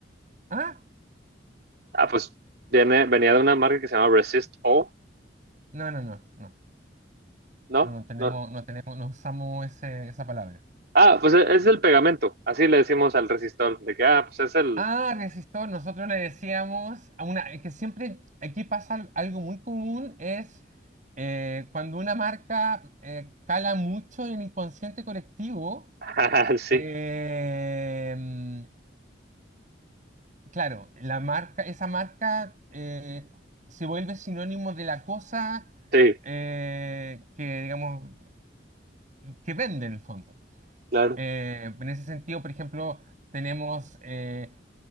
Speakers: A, on the right; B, on the right.
A: ¿Ah?
B: Ah, pues viene, venía de una marca que se llama Resist O,
A: No, no, no, no.
B: ¿no?
A: No, no tenemos,
B: No,
A: no tenemos, no usamos ese- esa palabra.
B: Ah, pues e- es el pegamento, así le decimos al resistol, de que, ah, pues es el...
A: Ah,
B: <laughs>
A: resistor, nosotros le decíamos a una, es que siempre aquí pasa al- algo muy común, es eh, cuando una marca eh, cala mucho en el inconsciente colectivo,
B: Ah, sí,
A: eh, claro, la marca, esa marca eh, se vuelve sinónimo de la cosa
B: sí,
A: eh, que, digamos, que vende en el fondo.
B: claro.
A: Eh, en ese sentido, por ejemplo, tenemos... eh,